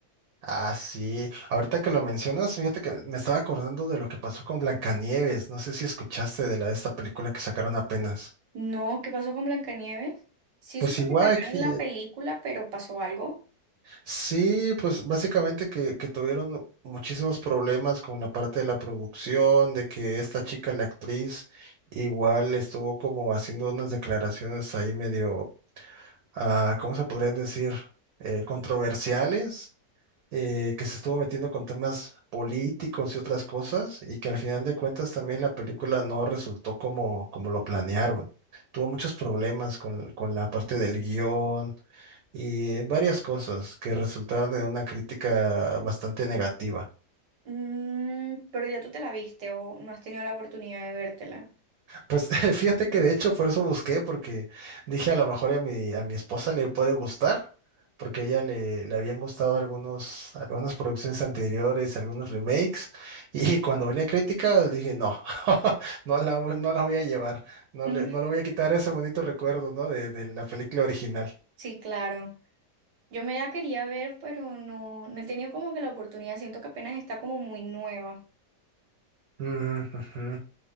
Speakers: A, on the right; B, on the right.
A: Ah, sí. Ahorita que lo mencionas, fíjate que me estaba acordando de lo que pasó con Blancanieves. No sé si escuchaste de la de esta película que sacaron apenas.
B: No, ¿qué pasó con Blancanieves? Sí
A: Pues
B: supe
A: igual
B: que sacaron
A: que
B: la película, pero pasó algo.
A: sí, pues básicamente que, que tuvieron muchísimos problemas con la parte de la producción, de que esta chica, la actriz, igual estuvo como haciendo unas declaraciones ahí medio ah, ¿cómo se podrían decir? eh, controversiales, eh, que se estuvo metiendo con temas políticos y otras cosas, y que al final de cuentas también la película no resultó como, como lo planearon. Tuvo muchos problemas con, con la parte del guión y varias cosas que resultaron en una crítica bastante negativa.
B: Mm, pero ya tú te la viste o no has tenido la oportunidad de vértela. <laughs>
A: Pues <laughs> fíjate que de hecho por eso busqué, porque dije a lo mejor a mi, a mi esposa le puede gustar, porque a ella le, le habían gustado algunos, algunas producciones anteriores, algunos remakes, y <laughs> cuando venía crítica dije, no, <laughs> no la, voy- no la voy a llevar, no
B: Mm,
A: le, no le voy a quitar ese bonito recuerdo, ¿no? De, de la película original.
B: Sí, claro. Yo me la quería ver, pero no, no he tenido como que la oportunidad. Siento que apenas está como muy nueva.
A: Ujú, ujú.